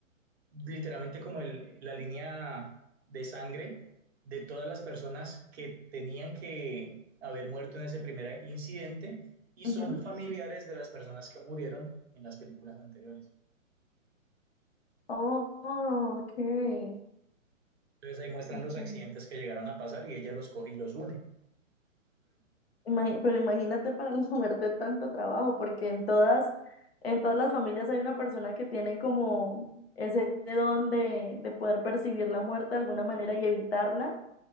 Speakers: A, on the right; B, on the left.
A: literalmente como el- la línea de sangre de todas las personas que tenían que haber muerto en ese primer incidente y
B: Ujú.
A: son familiares de las personas que murieron en las películas anteriores.
B: Oh, oh, ok.
A: Entonces ahí muestran
B: Ok.
A: los accidentes que llegaron a pasar y ella los coge y los une.
B: Imagi- pero imagínate para la muerte <laughs> tanto trabajo, porque en todas, en todas las familias hay una persona que tiene como ese don de, de poder percibir la muerte de alguna manera y evitarla.